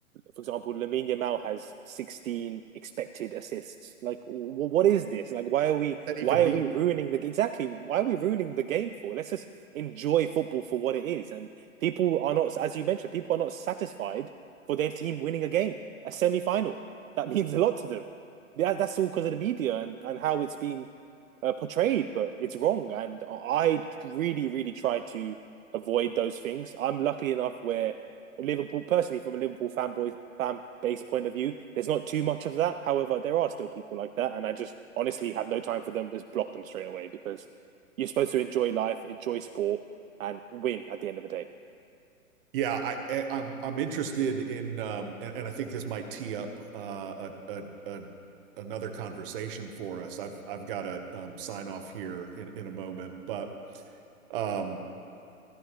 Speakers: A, on the right; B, on the right.
A: for example, Lamine Yamal has 16 expected assists. Like, w- what is this? Like, why are we
B: Does That
A: why
B: even
A: are
B: mean?
A: we ruining the exactly? Why are we ruining the game for? Let's just enjoy football for what it is. And people are not, as you mentioned, people are not satisfied for their team winning a game, a semi final. That means a lot to them. Yeah, that's all because of the media and and how it's been uh, portrayed, but it's wrong. And I really, really try to avoid those things. I'm lucky enough where Liverpool, personally, from a Liverpool fanboy fan base point of view, there's not too much of that. However, there are still people like that, and I just honestly have no time for them. Just block them straight away because you're supposed to enjoy life, enjoy sport, and win at the end of the day.
B: Yeah, I, I am I'm I'm interested in um and, and I think this might tee up uh a, a, a another conversation for us. I've I've got to um, sign off here in in a moment, but um